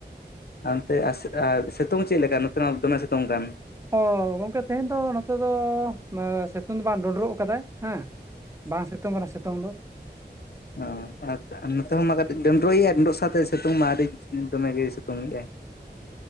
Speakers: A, on the left (about 65°); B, on the right (about 15°).
A: ᱟᱨ ᱚᱱᱛᱮ ᱟᱨ ᱟᱨ ᱥᱤᱛᱩᱝ ᱪᱮᱫ ᱞᱮᱠᱟ? ᱱᱚᱛᱮ ᱢᱟ ᱫᱚᱢᱮ ᱥᱤᱛᱳᱝ ᱠᱟᱱ
B: ᱚ ᱜᱚᱢᱠᱮ ᱛᱮᱦᱮᱧ ᱫᱚ ᱱᱚᱛᱮ ᱫᱚ ᱥᱤᱛᱳᱝ ᱫᱚ ᱵᱟᱝ ᱰᱳᱸᱰᱨᱳᱜ ᱠᱟᱫᱟᱭ ᱦᱮᱸ ᱵᱟᱝ ᱥᱤᱛᱳᱝ ᱠᱟᱱᱟ ᱥᱤᱛᱳᱝ ᱫᱚ
A: ᱚ ᱟᱨ ᱱᱚᱛᱮ ᱦᱚᱸ ᱢᱟ ᱠᱟᱹᱴᱤᱡ ᱰᱳᱸᱰᱨᱳᱜ ᱮᱭᱟ ᱰᱳᱸᱰᱨᱳᱜ ᱥᱟᱶᱛᱮ ᱥᱤᱛᱳᱝ ᱢᱟ ᱟᱹᱰᱤ ᱫᱚᱢᱮ ᱜᱮ ᱥᱮᱼ ᱼᱛᱳᱝᱮᱜᱟ